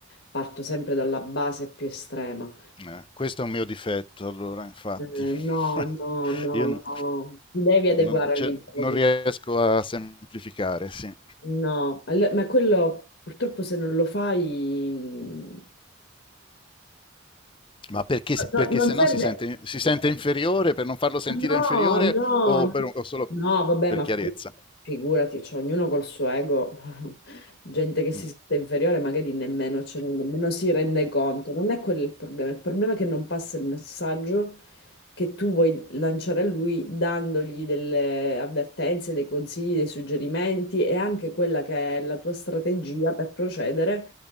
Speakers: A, on the left (about 65°); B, on the left (about 25°).
A: Parto sempre dalla base più estrema.
B: eh, questo è un mio difetto, allora, infatti.
A: Eh, no,
B: <laughs>
A: no, no,
B: Io non,
A: no, ti devi adeguare
B: non- cioè,
A: all'interlocutore.
B: non riesco a semplificare, sì.
A: No, All- ma quello purtroppo se non lo fai... mh,
B: Ma perché,
A: No,
B: perché
A: no, non
B: se no
A: serve.
B: si sente, si sente inferiore, per non farlo sentire
A: No,
B: inferiore
A: no,
B: o, per, un- o solo
A: no, vabbè,
B: per
A: ma
B: chiarezza?
A: figu- figurati, cioè, ognuno col suo ego, <laughs> gente che si
B: Mm.
A: sente inferiore, magari nemmeno, cioè, nemmeno si rende conto. Non è quello il problema. Il problema è che non passa il messaggio che tu vuoi lanciare a lui dandogli delle avvertenze, dei consigli, dei suggerimenti e anche quella che è la tua strategia per procedere